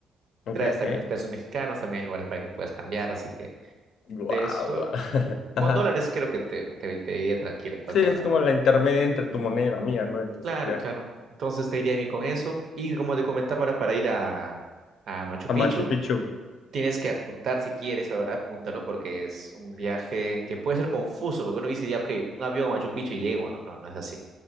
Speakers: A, on the left; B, on the right.
A: Ok,
B: traes
A: ok.
B: también los pesos mexicanos, también hay lugares para que puedas cambiar, así que
A: Guau.
B: de eso,
A: <laughs>
B: con
A: Ajá.
B: dólares creo que te, te, te iría tranquilo en cualquier
A: Sí, es
B: lado.
A: como la intermedia entre tu moneda y la mía, ¿no? Entonces,
B: Claro,
A: ya.
B: claro, entonces te iría bien con eso. Y como te comentaba, ahora para ir a, a Machu Picchu,
A: A Machu Picchu.
B: tienes que apuntar si quieres, ahora apúntalo porque es un viaje que puede ser confuso, porque uno dice ya, ok, un avión a Machu Picchu y llego, no, no, no es así.